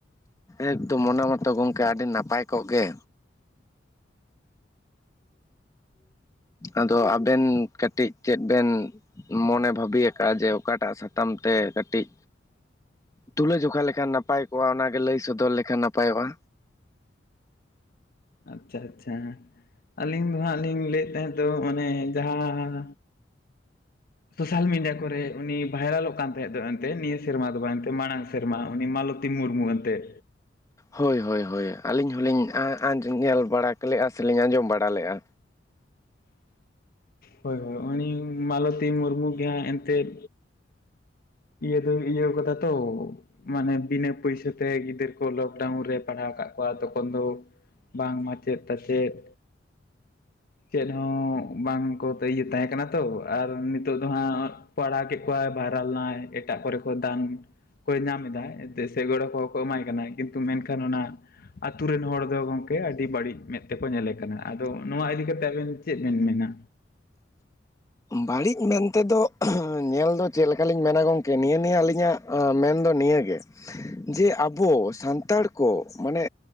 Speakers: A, on the left (about 20°); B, on the left (about 55°).
A: ᱮᱠᱫᱚᱢ ᱢᱚᱱᱟ ᱢᱚᱛᱚ ᱜᱚᱝᱠᱮ ᱟᱹᱰᱤ ᱱᱟᱯᱟᱭ ᱠᱚᱜ ᱜᱮ ᱟᱫᱚ ᱟᱵᱮᱱ ᱠᱟᱹᱴᱤᱡ ᱪᱮᱫ ᱵᱮᱱ? ᱢᱚᱱᱮ ᱵᱷᱟᱹᱵᱤᱭᱟ ᱟᱠᱟᱫᱼᱟ ᱡᱮ ᱚᱠᱟᱴᱟᱜ ᱥᱟᱛᱟᱢ ᱛᱮ ᱠᱟᱹᱴᱤᱡ? ᱛᱩᱞᱟᱹ ᱡᱚᱠᱷᱟ ᱞᱮᱠᱷᱟᱱ ᱱᱟᱯᱟᱭ ᱠᱚᱜᱼᱟ ᱚᱱᱟᱜᱮ ᱞᱟᱹᱭ ᱥᱚᱫᱚᱨ ᱞᱮᱠᱷᱟᱱ ᱱᱟᱯᱟᱭ ᱚᱜᱼᱟ
B: ᱟᱪᱪᱷᱟ ᱟᱪᱷᱟ ᱟᱹᱞᱤᱧ ᱫᱚ ᱦᱟᱸᱜ ᱞᱤᱧ ᱞᱟᱹᱭᱮᱫ ᱛᱟᱦᱮᱸ ᱫᱚ ᱚᱱᱮ ᱡᱟᱦᱟᱸ ᱥᱳᱥᱟᱞ ᱢᱤᱰᱤᱭᱟ ᱠᱚᱨᱮ ᱩᱱᱤ ᱵᱷᱟᱭᱨᱟᱞᱚᱜ ᱠᱟᱱ ᱛᱟᱦᱮᱸᱫ ᱫᱚ ᱮᱱᱛᱮᱫ ᱱᱤᱭᱟᱹ ᱥᱮᱨᱢᱟ ᱫᱚ ᱵᱟᱝ ᱮᱱᱛᱮ ᱢᱟᱲᱟᱝ ᱥᱮ ᱥᱮᱨᱢᱟ ᱩᱱᱤ ᱢᱟᱞᱚᱛᱤ ᱢᱩᱨᱢᱩ ᱮᱱᱛᱮᱫ
A: ᱦᱳᱭ ᱦᱳᱭ ᱦᱳᱭ ᱟᱹᱞᱤᱧ ᱦᱚᱞᱤᱧ ᱟᱸᱻᱟᱸᱻ ᱟᱸᱡᱚ ᱧᱮᱞ ᱵᱟᱲᱟ ᱠᱮᱞᱮᱜᱼᱟ ᱥᱮᱞᱤᱧ ᱟᱸᱡᱚᱢ ᱵᱟᱲᱟ ᱞᱮᱫᱼᱟ
B: ᱦᱳᱭ ᱦᱳᱭ ᱩᱱᱤ ᱢᱟᱞᱚᱛᱤ ᱢᱩᱨᱢᱩ ᱜᱮ ᱦᱟᱸᱜ ᱮᱱᱛᱮᱫ ᱤᱭᱟᱹ ᱫᱚ ᱤᱭᱟᱹᱣ ᱠᱟᱫᱟ ᱛᱚ ᱢᱟᱱᱮ ᱵᱤᱱᱟᱹ ᱯᱩᱭᱥᱟᱹᱛᱮ ᱜᱤᱫᱟᱹᱨ ᱠᱚ ᱞᱚᱠᱰᱟᱣᱩᱱ ᱨᱮ ᱯᱟᱲᱦᱟᱣ ᱠᱟᱜ ᱠᱚᱣᱟ ᱛᱚᱠᱷᱚᱱ ᱫᱚ ᱵᱟᱝ ᱢᱟᱪᱮᱫ ᱛᱟᱥᱮᱫ ᱪᱮᱫ ᱦᱚᱸ ᱵᱟᱝᱠᱚ ᱤᱭᱟᱹ ᱛᱟᱦᱮᱸ ᱠᱟᱱᱟ ᱛᱚ ᱟᱨ ᱱᱤᱛᱚᱜ ᱫᱚ ᱦᱟᱸᱜ ᱯᱟᱲᱟᱣ ᱠᱮᱫ ᱠᱚᱣᱟᱭ ᱵᱷᱟᱭᱨᱟᱞ ᱱᱟᱭ ᱮᱴᱟᱜ ᱠᱚᱨᱮ ᱠᱚ ᱫᱟᱱ ᱠᱚᱭ ᱧᱟᱢ ᱮᱫᱟᱭ ᱮᱱᱛᱮ ᱥᱮ ᱜᱚᱲᱚ ᱠᱚᱦᱚᱸ ᱠᱚ ᱮᱢᱟᱭ ᱠᱟᱱᱟ ᱠᱤᱱᱛᱩ ᱢᱮᱱᱠᱷᱟᱱ ᱚᱱᱟ ᱟᱹᱛᱩ ᱨᱮᱱ ᱦᱚᱲ ᱫᱚ ᱜᱚᱝᱠᱮ ᱟᱹᱰᱤ ᱵᱟᱹᱲᱤᱡ ᱢᱮᱸᱫ ᱛᱮᱠᱚ ᱧᱮᱞᱮ ᱠᱟᱱᱟ ᱟᱫᱚ ᱱᱚᱣᱟ ᱤᱫᱤ ᱠᱟ ᱛᱮ ᱟᱵᱮᱱ ᱪᱮᱫ ᱵᱮᱱ ᱢᱮᱱᱟ?
A: ᱵᱟᱹᱲᱤᱡ ᱢᱮᱱᱛᱮ ᱫᱚ ᱧᱮᱞ ᱫᱚ ᱪᱮᱫ ᱞᱮᱠᱟ ᱞᱤᱧ ᱢᱮᱱᱟ ᱜᱚᱝᱠᱮ ᱱᱤᱭᱟᱹ ᱱᱤᱭᱟᱹ ᱟᱹᱞᱤᱧᱟᱜ ᱟᱸᱻ ᱢᱮᱱᱫᱚ ᱱᱤᱭᱟᱹ ᱜᱮ ᱡᱮ ᱟᱵᱚ ᱥᱟᱱᱛᱟᱲ ᱠᱚ ᱢᱟᱱᱮ